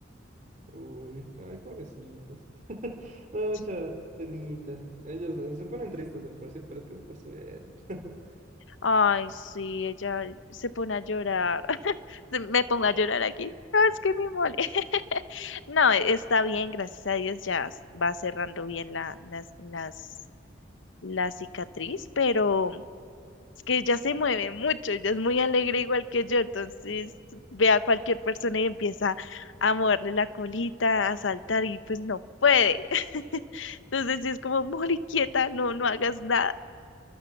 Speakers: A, on the right; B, on the left.
A: Uy, ay, pobrecitos. <laughs> Me da mucha
B: Sí,
A: penita. Ellos eh, se ponen tristes de por sí, pero es que es por su bien. <laughs>
B: Ay, sí, ella se pone a llorar. <laughs> Se- Me pongo a llorar aquí. No, es que mi mole. <laughs> No, e, está bien, gracias a Dios, ya s- va cerrando bien la, las, las, la cicatriz, pero es que ella se mueve mucho, ella es muy alegre igual que yo, entonces ve a cualquier persona y empieza a moverle la colita, a saltar y pues no puede. <laughs> Entonces sí es como, mole, quieta, no, no hagas nada.